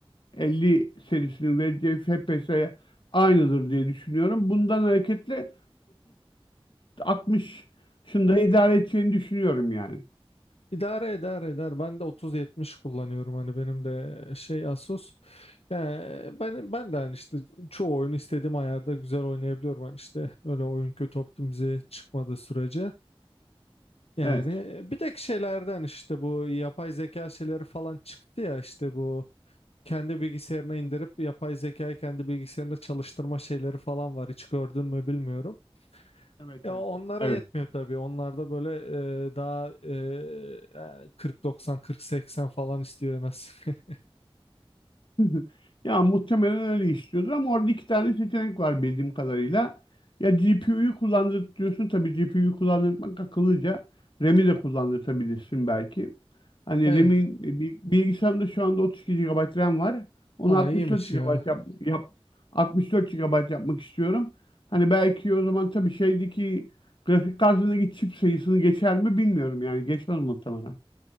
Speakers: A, on the left (about 55°); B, on the left (about 85°).
A: 50 serisinin vereceği FPS'ye aynıdır diye düşünüyorum. Bundan hareketle 30-60'ında idare edeceğini düşünüyorum yani.
B: idare eder eder. Ben de 3070 kullanıyorum. Hani benim de şey Asus. Yani ben, ben de hani işte çoğu oyunu istediğim ayarda güzel oynayabiliyorum. Hani işte öyle oyun kötü optimize çıkmadığı sürece. Yani
A: Evet.
B: bir tek şeylerden işte bu yapay zeka şeyleri falan çıktı ya işte bu kendi bilgisayarına indirip yapay zekayı kendi bilgisayarında çalıştırma şeyleri falan var. Hiç gördün mü bilmiyorum.
A: Evet,
B: Ya
A: evet.
B: onlara
A: Evet.
B: yetmiyor tabii. Onlarda böyle e, daha e, yani 40-90, 40 falan istiyor en az. <laughs>
A: <laughs> Ya muhtemelen öyle istiyordur ama orada iki tane seçenek var bildiğim kadarıyla. Ya GPU'yu kullandırıyorsun tabii GPU'yu kullandırmak akıllıca. RAM'i de kullandırtabilirsin belki. Hani
B: Evet,
A: RAM'in bi- bilgisayarımda şu anda 32 gigabayt RAM var. Onu
B: ha,
A: 64
B: iyiymiş
A: gigabayt
B: ya.
A: yap, yap 64 GB yapmak istiyorum. Hani belki o zaman tabii şeydeki grafik kartındaki çip sayısını geçer mi bilmiyorum yani geçmez muhtemelen.